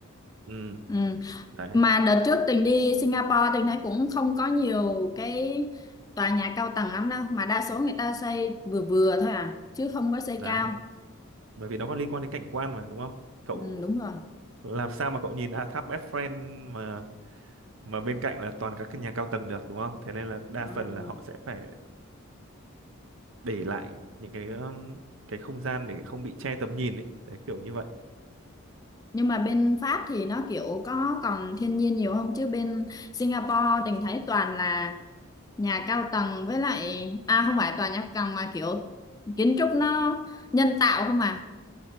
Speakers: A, on the right; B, on the left.
A: ừ
B: Ừ.
A: đấy
B: Mà đợt trước Tình đi Singapore Tình thấy cũng không có nhiều cái tòa nhà cao tầng lắm đâu. Mà đa số người ta xây vừa vừa thôi à. Chứ không có xây
A: đấy
B: cao.
A: bởi vì nó có liên quan đến cảnh quan mà đúng không cậu
B: Ừ, đúng rồi.
A: làm sao mà cậu nhìn à, tháp Eiffel mà mà bên cạnh là toàn các cái nhà cao tầng được đúng không thế nên là đa
B: Ừ.
A: phần là họ sẽ phải để lại những cái um, cái không gian để không bị che tầm nhìn ấy đấy kiểu như vậy
B: Nhưng mà bên Pháp thì nó kiểu có còn thiên nhiên nhiều không? Chứ bên Singapore Tình thấy toàn là nhà cao tầng với lại... À không phải tòa nhà cao tầng mà kiểu kiến trúc nó nhân tạo không à.